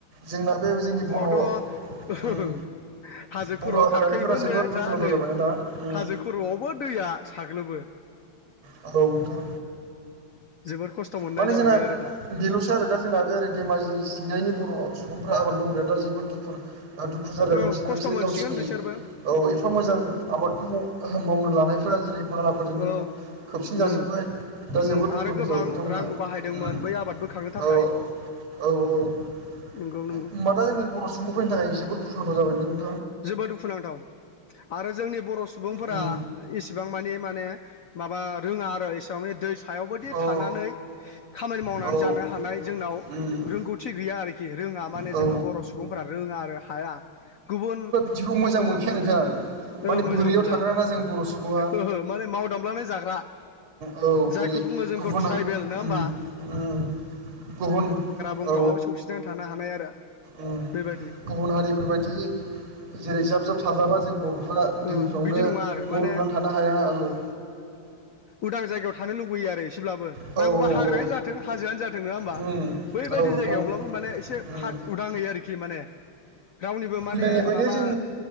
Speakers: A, on the right; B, on the left.
A: जोंना बे जोंनि बर'
B: <unintelligible>
A: उम
B: हाजो
A: बर'
B: खर'आव
A: आबादारिफोरा
B: खारखायोमोन
A: जोबोद
B: नो
A: दुखुनांथाव
B: दा नै
A: जाबायना दा उम
B: हाजो खर'आवबो दैया साग्लोबो
A: औ नोंथां
B: जोबोद खस्थ' मोननाय
A: माने
B: जाहैबाय
A: जोंना
B: आरो दा
A: बेल'सै आरो दा जोंना बेै धेमाजि सिंजायनि बर' सुबुंफ्रा आबाद मावनाया दा जोबोद दुखु दुखु जालायाव
B: औ
A: दंसैना
B: खस्थ'
A: बिसोरो
B: मोनसिगोन
A: गावसिनि
B: बिसोरबो
A: औ एफा मोजां आबादखौ मावनो लानायफोरा जेरै बालाफोरजोंनो
B: औ
A: फिनजाजोबबाय
B: उम
A: दा
B: उम
A: जोबोद दुखुनांथाव
B: आरो गोबां
A: जाबाय बिथांमोना
B: रांबो
A: उम
B: बाहायदोंमोन बै आबाद बोखांनो थाखाय
A: औ औ औ होनबा
B: नंगौ नंगौ
A: दा जोंनि बर' सुबुंफोरनि थाखाय जोबोद दुखुनांथाव जाबाय नों
B: जोबोद दुखुनांथाव आरो जोंनि बर' सुबुंफोरा
A: उम
B: इसिबां मानि माने माबा रोङा आरो एसे माने दै सायावबोदि
A: औ
B: थानानै खामानि मावनानै
A: औ
B: जानो हानाय जोंनाव
A: उम
B: रोंगौथि गैया आरोखि खि रोङा माने
A: औ
B: जोङो बर' सुबुंफोरा रोङा आरो हाया गुबुन
A: दिखौ मोजां मोनखाया नोंथां माने
B: ओ मोजां
A: बोरैयाव
B: मोना
A: थाग्राना जों बर' सुबुङा
B: ओहो माने मावदामलानाय जाग्रा
A: औ
B: जायखौ
A: जेरै
B: बुङो जोंखौ
A: गुबुन
B: ट्राइबेल नङा
A: उम
B: होमबा
A: उम गुबुन
B: दंग्राबाबो
A: औ
B: सौसिनानै थानो हानाय आरो
A: उम
B: बेबायदि
A: गुबुन हारिफोरबायदि जेरै
B: उम
A: जाब जाब थाजाबा जों बर'फोरा
B: ओ
A: दैफ्रावनो
B: बिदि
A: न'
B: नङा आरो माने
A: लुनानै थानो हाया औ
B: उदां जायगायाव थानो लुबैयो आरो एसेब्लाबो
A: औ
B: नांगौबा
A: औ
B: हाग्रायानो
A: औ
B: जाथों हाजोआनो जा नङा होमबा
A: उम
B: बैबायदि
A: औ नोंथां
B: जायगायावब्लाबो माने एसे
A: उम
B: फाग उदांङै आरोखि माने रावनिबो माने
A: गोदोनिफ्रायनो
B: माबा
A: जों